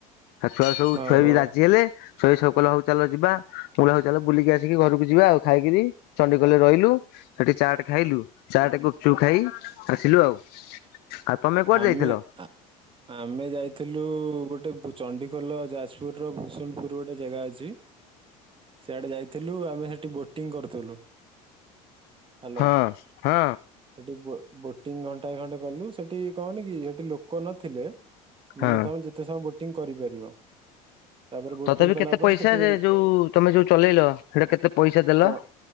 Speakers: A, on the left (about 60°); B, on the right (about 30°).
A: ଆଉ ଛୁଆ ସବୁ ଉଛୁଆ
B: ଓହୋ
A: ହେଇକି ରାଜି ହେଲେ। ଛୁଆ ସବୁ କହିଲେ ହଉ ଚାଲ ଯିବା ମୁଁ ହଉ ଚାଲ ବୁଲିକି ଆସିକି ଘରକୁ ଯିବା ଆଉ ଖାଇକିରି ଚଣ୍ଡିଖୋଲ ରେ ରହିଲୁ ସେଠି ଚାଟ୍ ଖାଇଲୁ ଚାଟ୍ ଗୁପ୍‌ଚୁପ୍ ଖାଇ ଆସିଲୁ ଆଉ ଆଉ ତମେ କୁଆଡେ
B: ଆମେ
A: ଯାଇଥିଲ?
B: ଆମେ ଯାଇଥିଲୁ ଗୋଟେ ଚଣ୍ଡିଖୋଲ ଯାଜପୁର ର ଭୁସୁଣ୍ଡପୁରୁ ଗୋଟେ ଜାଗା ଅଛି ସେଆଡେ ଯାଇଥିଲୁ ଆମେ ସେଠି ବୋଟିଂ କରୁଥିଲୁ। ହ୍ୟାଲୋ
A: ହଁ ହଁ
B: ସେଠି ବୋଟିଂ ଘଣ୍ଟାଏ ଘଣ୍ଟେ କଲୁ ସେଠି କହନ କି ସେଠି ଲୋକ ନଥିଲେ
A: ହଁ
B: ମାନେ ତମେ ଯେତେ ସମୟ ବୋଟିଂ କରିପାରିବ। ତାପରେ ବୋଟିଂ
A: ତଥାପି
B: କଲା
A: କେତେ
B: ପରେ
A: ପଇସା
B: ସେଠି
A: ସେ ଯୋଉ ତମେ ଯୋଉ ଚଲେଇଲ ସେଇଟା କେତେ ପଇସା ଦେଲ
B: ଜ-